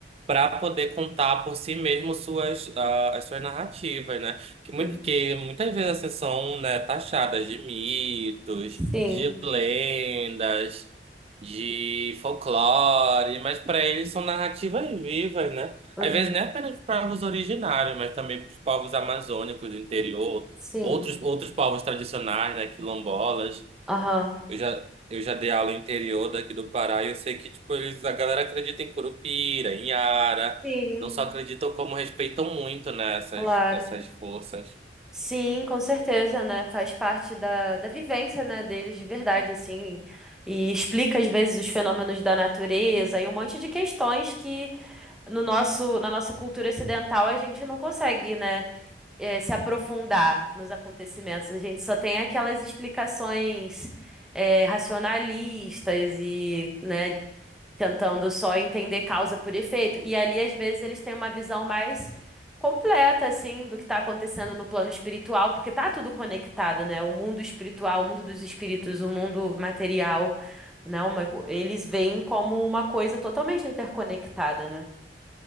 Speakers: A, on the right; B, in the centre.
A: para poder contar por si mesmo suas, ah, as suas narrativas, né? Que, muito,
B: Uhum.
A: que muitas vezes assim, são, né, taxadas de mitos,
B: Sim.
A: de lendas, de folclore, mas para eles são narrativas vivas, né?
B: Uhum.
A: Às vezes não é apenas para os povos originários, mas também para os povos amazônicos do interior,
B: Sim.
A: outros, outros povos tradicionais, né, quilombolas.
B: Aham.
A: Eu já, eu já dei aula interior daqui do Pará e eu sei que, tipo, eles, a galera acredita em Curupira, em Ara.
B: Sim,
A: Não só acreditam, como respeitam muito, né, essas,
B: claro.
A: essas forças.
B: Sim, com certeza, né? Faz parte da, da vivência, né, deles de verdade, assim. E explica, às vezes, os fenômenos da natureza e um monte de questões que no nosso, na nossa cultura ocidental a gente não consegue, né, eh, se aprofundar nos acontecimentos. A gente só tem aquelas explicações, eh, racionalistas e, né, tentando só entender causa por efeito. E ali, às vezes, eles têm uma visão mais completa, assim, do que está acontecendo no plano espiritual, porque tá tudo conectado, né? O mundo espiritual, o mundo dos espíritos, o mundo material, né? Uma- eles veem como uma coisa totalmente interconectada, né?